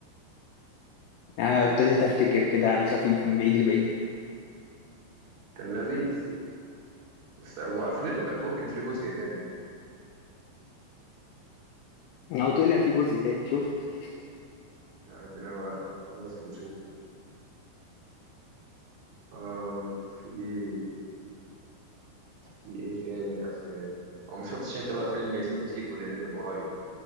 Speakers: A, on the left; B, on the right.
A: ابتديت افتكر كده على خفيف من بعيد لبعيد
B: كان لذيذ بس وقفلته كانت توفي ان في جزء تاني يعني
A: او طلع في جزء تاني شفت
B: عندنا بقى نخلص ونشوف آه في ايه في ايه تاني افلام او ما شفتش انت بقى فيلم سيكو سيكو اللي نزل قريب